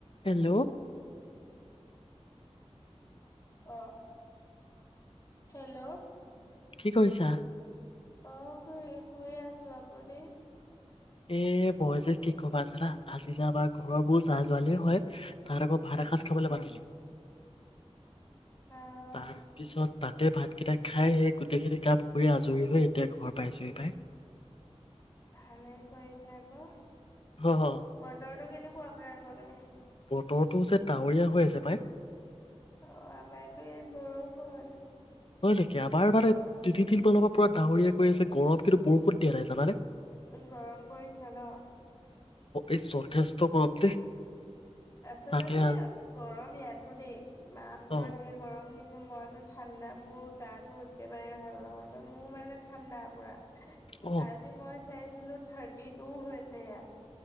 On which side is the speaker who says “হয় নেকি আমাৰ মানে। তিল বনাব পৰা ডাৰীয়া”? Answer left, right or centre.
Left